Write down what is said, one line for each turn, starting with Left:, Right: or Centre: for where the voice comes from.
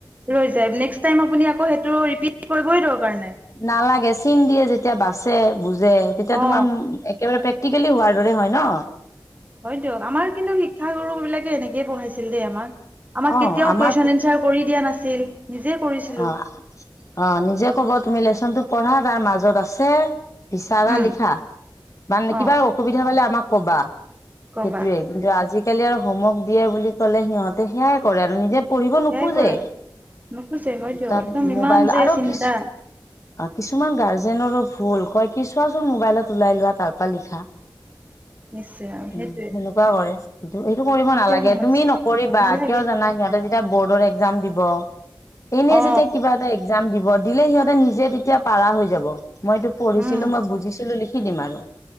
Right: ৰৈ যায় নেক্স টাইম আপুনি আকৌ সেইটো ৰিপিট কৰিবই দৰকাৰ নাই
Left: নালাগে চিন দিয়ে যেতিয়া বাচে বুজে তেতিয়া
Right: অ
Left: তোমাৰ একেবাৰে আটিকালি হোৱাৰ দৰে হয় ন।
Right: হয়তো আমাৰ কিন্তু শিক্ষাগুৰু বিলাকে এনেকে পঢ়াইছিল দেই আমাক। আমাক
Left: অ
Right: কেতিয়াও
Left: আমাৰ
Right: কুৱেশন এনচাৰ কৰি দিয়া নাছিল। নিজে কৰিছিলো
Left: অ অ নিজে কব তুমি লেচনটো পঢ়া তাৰ মাজত আছে। বিচাৰা,
Right: উম
Left: লিখা মানে কিবা
Right: অ
Left: অসুবিধা পালে আমাক কবা।
Right: কবা
Left: সেইটোয়ে কিন্তু আজিকালি আৰু হোমৱৰ্ক দিয়ে বুলি ক'লে সিহঁতে সেয়াই কৰে আৰু নিজে পঢ়িব নোখোজে।
Right: সেয়াই কৰে নোখোজে হয় দিয়ক
Left: তাত
Right: একদম ইমান
Left: মোবাইল
Right: যে
Left: আৰু
Right: চিন্তা
Left: কিছ কিছুমান গাৰ্জেনৰো ভুল কয় কি চোৱাচোন মোবাইলত ওলাই লোৱা তাৰপৰা লিখা।
Right: নিশ্চয়
Left: উম
Right: সেইটোৱে
Left: সেনেকুৱা কৰে। সেইটো সেইটো কৰিব
Right: সেইটোৱে
Left: নালাগে
Right: সমস্যা
Left: তুমি নকৰিবা
Right: নালাগে
Left: কিয় জানা সিহঁতে যেতিয়া বৰ্ডৰ একজাম দিব। এনেই
Right: অ
Left: যেতিয়া কিবা এটা একজাম দিব দিলে সিহঁতে নিজে তেতিয়া পাৰা হৈ যাব। মই এইটো পঢ়িছিলো
Right: উম
Left: মই বুজিছিলো লিখি দিম আৰু